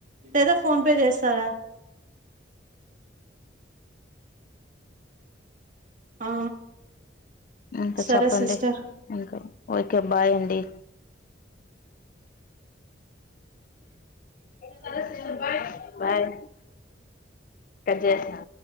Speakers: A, on the right; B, on the left.
A: లేదా ఫోన్పే చేస్తారా ఆ
B: ఇంకా
A: సరే
B: చెప్పండి
A: సిస్టర్
B: ఇంకా ఓకే బాయ్ అండి సరే సరే బాయ్ బాయ్ కట్ చేసినా